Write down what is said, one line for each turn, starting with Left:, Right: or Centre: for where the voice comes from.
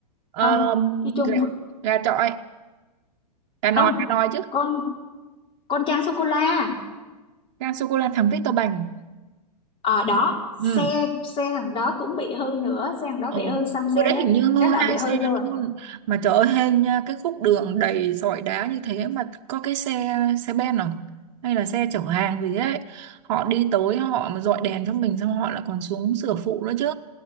Right: ờ,
Left: không đi chung
Right: gà,
Left: với
Right: gà chọi gà
Left: không
Right: nòi gà nòi chứ
Left: con con Trang sô cô la
Right: gà sô cô la thắng Victor Bành
Left: ở đó xe
Right: ừ
Left: xe thằng đó cũng bị hư nữa xe thằng đó
Right: Ờ,
Left: bị hư xong xe
Right: bữa đấy
Left: cái
Right: hình như ngơ
Left: cái là
Right: hai
Left: bị hư
Right: xe
Left: luôn
Right: luôn mà trời ơi hên nha cái khúc đường đầy sỏi đá như thế mà có cái xe xe ben không hay là xe chở hàng gì ấy họ đi tới họ mà dọi đèn cho mình xong họ lại còn xuống sửa phụ nữa chứ